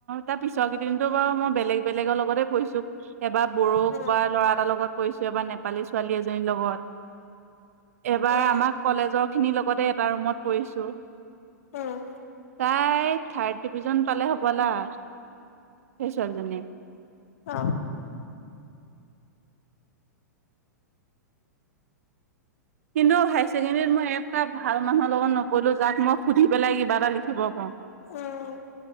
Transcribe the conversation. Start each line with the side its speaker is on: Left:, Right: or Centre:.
Right: তাৰ পিছৰ কেইদিনটো বাৰু মই বেলেগ বেলেগৰ লগতে বহিছো, এবাৰ বডো
Left: উম
Right: ক'বা ল'ৰা এটাৰ লগত কৰিছো এবাৰ নেপালি ছোৱালী এজনীৰ লগত এবাৰ
Left: উম
Right: আমাক কলেজৰ খিনিৰ লগতে এটা ৰুমত পৰিছো।
Left: উম।
Right: তাই থাৰ্ড ডিভিজন পালে হ'বলা, সেই ছোৱালীজনী।
Left: অ
Right: কিন্তু হায়াৰ ছেকেণ্ডেৰীত মই এটা ভাল মানুহৰ লগত নপৰিলো যাক মই সুধি পেলাই কিবা এটা লিখিব পাওঁ
Left: উম